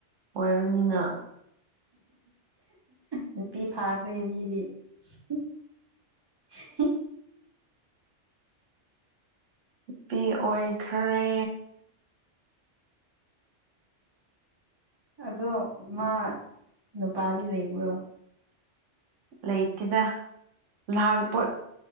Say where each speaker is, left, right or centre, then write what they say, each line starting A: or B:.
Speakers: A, on the right; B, on the right.
A: ꯀꯣꯏꯕꯅꯤꯅ
B: ꯅꯨꯄꯤ ꯐꯥꯈ꯭ꯔꯦ ꯃꯤꯗꯤ <unintelligible>
A: ꯅꯨꯄꯤ ꯑꯣꯏꯈ꯭ꯔꯦ
B: ꯑꯗꯣ ꯃꯥ ꯅꯨꯄꯥꯗꯤ ꯂꯩꯕ꯭ꯔꯣ
A: ꯂꯩꯇꯦꯗ ꯂꯥꯛꯄ